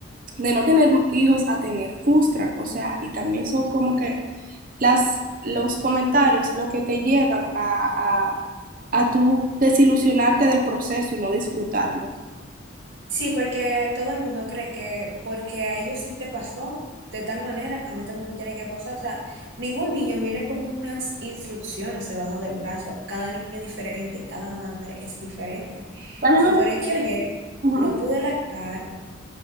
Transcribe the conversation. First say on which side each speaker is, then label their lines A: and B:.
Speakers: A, on the right; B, on the right.
A: de no tener hijos a tener, frustran, o sea, y también son como que las, los comentarios lo que te llevan a, a, a tú desilusionarte del proceso y no disfrutarlo.
B: Sí, porque todo el mundo cree que porque a ellos le pasó de tal manera, a mí también me tiene que pasar. O sea, ningún niño viene con unas instrucciones debajo del brazo. Cada niño es diferente, cada madre es diferente.
A: A mí
B: Si
A: me
B: por
A: gusta.
B: X o Y
A: ujú.
B: no pude lactar,